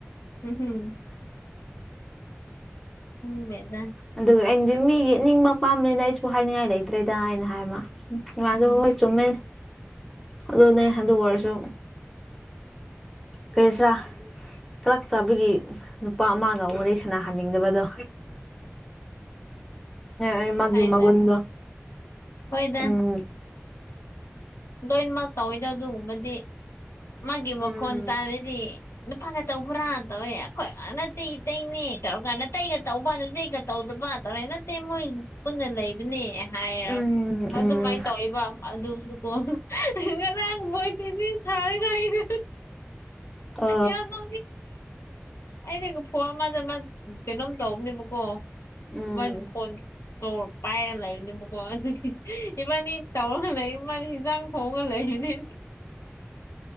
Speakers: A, on the left (about 80°); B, in the centre.
A: ꯎꯝ ꯍꯝ ꯎꯝꯃꯦꯦꯗꯥ
B: ꯑꯗꯨꯒ ꯑꯩꯅꯁꯦ ꯃꯤꯒꯤ ꯅꯤꯡꯕ ꯄꯥꯝꯕꯅꯤꯅ ꯑꯩꯁꯨ ꯍꯥꯏꯅꯤꯡꯉꯥꯏ ꯂꯩꯇ꯭ꯔꯦꯗ ꯑꯩꯅ ꯍꯥꯏꯕ ꯃꯥꯁꯨ
A: ꯎꯝ
B: ꯍꯋꯥꯣꯏ ꯆꯨꯝꯃꯦ ꯑꯗꯨꯅꯦ ꯑꯗꯨ ꯑꯣꯏꯔꯁꯨ ꯐꯦꯁꯔꯥ ꯀꯂꯛ ꯆꯥꯕꯒꯤ ꯅꯨꯄꯥ ꯑꯃꯒ ꯋꯥꯔꯤꯣꯔꯦ ꯁꯅꯥꯍꯟꯅꯤꯡꯗꯕꯗꯣ ꯑꯩ ꯃꯥꯒꯤ
A: ꯍꯥꯏꯗ
B: ꯃꯒꯨꯟꯗꯣ
A: ꯍꯣꯏꯗ
B: ꯎꯝ
A: ꯂꯣꯏꯅꯃꯛ ꯇꯧꯋꯤꯗꯣ ꯑꯗꯨꯒꯨꯝꯕꯗꯤ ꯃꯥꯒꯤ ꯃꯈꯣꯟ
B: ꯎꯝ
A: ꯇꯥꯔꯗꯤ ꯅꯨꯄꯥꯒ ꯇꯧꯕ꯭ꯔꯥ ꯇꯧꯋꯦ ꯑꯩꯈꯣꯏ ꯅꯠꯇꯦ ꯑꯩꯈꯣꯏꯅꯤ ꯇꯧꯔꯀꯥꯟꯗ ꯅꯥꯇꯩꯒ ꯇꯧꯕ ꯅꯆꯦꯒ ꯇꯧꯗꯕ ꯇꯧꯔꯦ ꯅꯠꯇꯦ ꯃꯣꯏ ꯄꯨꯟꯅ ꯂꯩꯕꯅꯦ ꯍꯥꯏꯔ
B: ꯎꯝ ꯎꯝ
A: ꯑꯗꯨꯃꯥꯏꯅ ꯇꯧꯋꯦꯕ ꯑꯗꯨꯁꯨꯀꯣ ꯉꯔꯥꯡ ꯕꯣꯏꯁ ꯃꯦꯁꯁꯦ ꯊꯥꯔ ꯀꯅꯦ
B: ꯑ
A: ꯌꯥꯝ ꯅ ꯑꯩꯅ ꯐꯣꯔ ꯃꯥꯗ ꯃꯥ ꯀꯩꯅꯣꯝ ꯇꯧꯕꯅꯦꯕꯀꯣ
B: ꯎꯝ
A: ꯋꯥꯟ ꯐꯣꯟ ꯇ ꯄꯥꯏꯔꯒ ꯂꯩꯔꯤꯅꯦꯕꯀꯣ ꯑꯗꯨꯗꯤ ꯏꯃꯅꯤ ꯇꯧꯔꯒ ꯂꯩ ꯏꯃꯅꯤ ꯍꯟꯖꯥꯡ ꯊꯣꯡꯉꯒ ꯂꯩꯔꯤꯅꯤ